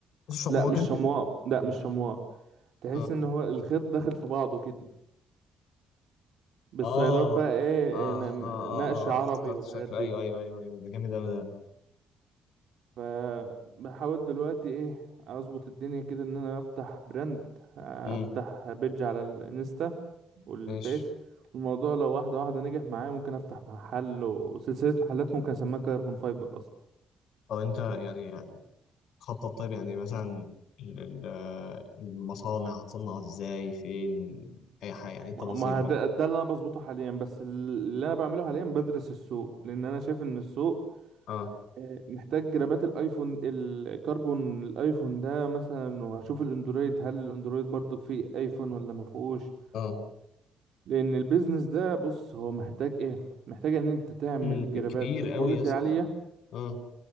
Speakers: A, on the left; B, on the right.
A: بس شمواه
B: لا مش
A: كده
B: شمواء لا مش شمواء تحس
A: اه
B: ان هو الخيط داخل في بعضه كده بالصيلات
A: اه
B: بقى ايه
A: اه
B: آه، نم-
A: اه اه
B: نقش عربي
A: اه افتكرت
B: والحاجات
A: شكله
B: دي
A: ايوه ايوه ايوه ايوه ده جامد اوي ده انا
B: فبحاول دلوقتي ايه اظبط الدنيا كده ان انا افتح براند
A: امم
B: افتح بيدج على الانستا والفيس
A: ماشي
B: والموضوع لو واحدة واحدة نجح معايا ممكن افتح محل وسلسلة محلات ممكن اسميها كاربون فايبر
A: طب انت يعني خطط طيب يعني مثلا ال- ال- المصانع هتصنع ازاي فين اي حاجه يعني إيه التفاصيل
B: ما ما
A: بقى
B: ده, ده اللي انا بظبطه حاليا بس اللي انا بعمله حاليا بدرس السوق لان انا شايف ان السوق
A: اه
B: آه، محتاج جرابات الايفون الكربون الايفون ده مثلا وهشوف الاندرويد هل الاندرويد برضو فيه ايفون ولا ما فيهوش
A: اه
B: لان البيزنس ده بص هو محتاج ايه محتاج ان انت تعمل
A: مم،
B: جرابات
A: كبير
B: بكواليتي
A: قوي يا اسطى
B: عالية
A: اه